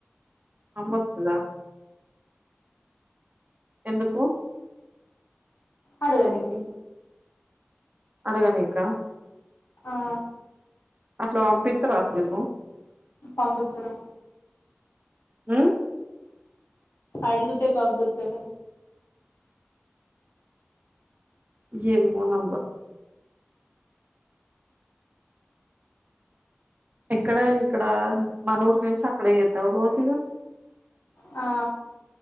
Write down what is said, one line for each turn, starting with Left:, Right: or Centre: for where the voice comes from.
Right: అమ్మోత్తదా. ఎందుకు.
Left: అడగనికి.
Right: అడగనీకా.
Left: ఆ.
Right: అట్లా పంపిత్తారా అసలు కు.
Left: పంపిత్తార్రు.
Right: ఉమ్
Left: అడుగుతే పంపితురు.
Right: యేమోనవ్వ. ఎక్కడ ఇక్కడా మన ఊర్ నుంచి అక్కడ యేత్తావ రోజు ఇగా.
Left: ఆ.